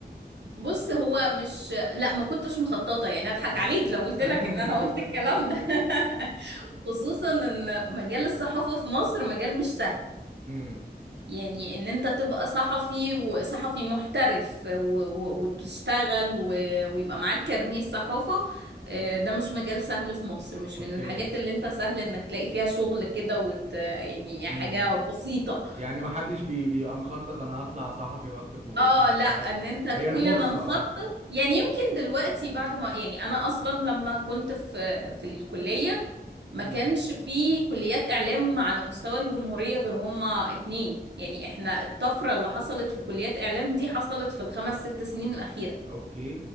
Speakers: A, on the right; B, on the right.
A: بص هو مش لا ما كنتش مخططه يعني اضحك
B: مم.
A: عليك لو قلت
B: <laughs>
A: لك ان انا قلت الكلام ده <laughs> خصوصا ان مجال الصحافه في مصر مجال مش سهل
B: امم
A: يعني ان انت تبقى صحفي وصحفي محترف و... و... وتشتغل و... ويبقى معاك كارنيه صحافه آه، ده مش مجال سهل في مصر مش
B: اوكي
A: من الحاجات اللي انت سهل انك تلاقي فيها شغل كده وت... يعني حاجه
B: امم
A: بسيطه
B: يعني ما حدش بي بيبقى مخطط انا هطلع صحفي واكتب في جورنال
A: اه
B: وبتاع
A: لا ان انت تقول
B: هي الفرصة
A: انا مخطط
B: اه
A: يعني يمكن دلوقتي بعد ما يعني انا اصلا لما كنت في في الكلية ما
B: امم
A: كانش في كليات اعلام على مستوى الجمهورية غير هما اتنين يعني احنا الطفرة اللي حصلت في كليات اعلام دي حصلت في الخمس ست سنين الاخيرة
B: اوكي